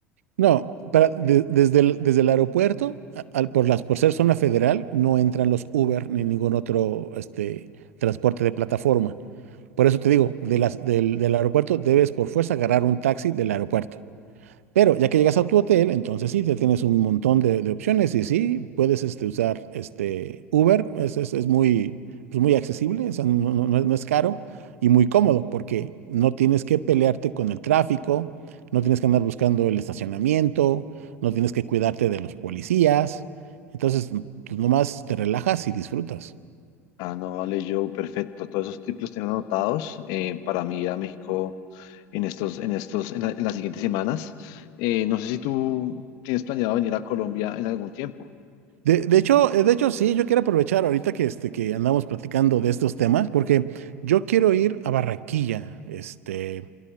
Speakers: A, on the right; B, on the left.
A: No, para, de- desde el, desde el aeropuerto, a- al- por las, por ser zona federal, no entran los Uber ni ningún otro este, transporte de plataforma. Por eso te digo, de las, del, del aeropuerto debes por fuerza agarrar un taxi del aeropuerto. Pero ya que llegas a tu hotel, entonces sí, ya tienes un montón de, de opciones y sí, puedes este, usar este, Uber, es, es- es muy, pues, muy accesible, o sea, no, no- no- no es caro y muy cómodo porque no tienes que pelearte con el tráfico, no tienes que andar buscando el estacionamiento, no tienes que cuidarte de los policías, entonces pues, nomás te relajas y disfrutas.
B: Ah, no, vale, yo, perfecto. Todos esos tips los tengo anotados eh, para mí ir a México en estos, en estos, en la- en las siguientes semanas. Eh, no sé si tú tienes planeado venir a Colombia en algún tiempo.
A: De, de hecho, eh, de hecho, sí, yo quiero aprovechar ahorita que, este, que andamos platicando de estos temas, porque yo quiero ir a Barranquilla, este,